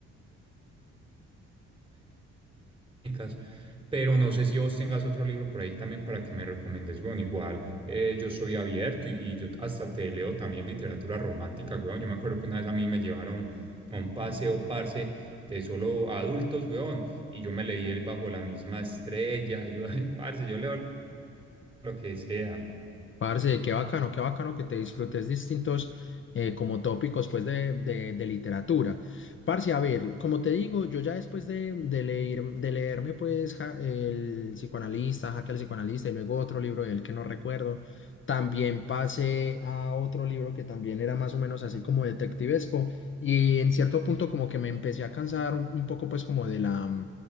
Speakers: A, on the right (about 20°); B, on the left (about 40°).
A: económicas, pero no sé si vos tengas otro libro por ahí también para que me recomiendes, weón. Igual eh, yo soy abierto y, y yo hasta te leo también literatura romántica, weón. Yo me acuerdo que una vez a mí me llevaron a un paseo, parce, de solo adultos, weón, y yo me leí el Bajo la misma estrella, yo, <laughs> parce, yo leo lo que sea.
B: Parce, qué bacano, qué bacano que te disfrutes distintos eh, como tópicos pues de, de- de literatura. Parce, a ver, como te digo, yo ya después de, de leer, de leerme pues Ja- el psicoanalista, Jaque al psicoanalista y luego otro libro de él que no recuerdo, también pasé a otro libro que también era más o menos así como detectivesco y en cierto punto como que me empecé a cansar un, un poco pues como de la